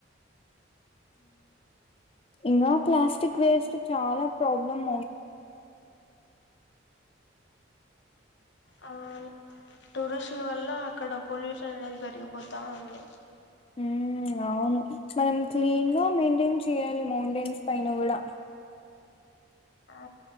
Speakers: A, on the left (about 30°); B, on the left (about 60°).
A: ఇంకా ప్లాస్టిక్ వేస్ట్ చాలా ప్రాబ్లమ్
B: ఆని టూరిస్టుల వల్ల అక్కడ పొల్యూషన్ అనేది పెరిగిపోతా ఉంది
A: మ్మ్ అవును మనం క్లీన్ గా మెయింటైన్ చేయాలి మౌంటైన్స్ పైన కూడా
B: ఆ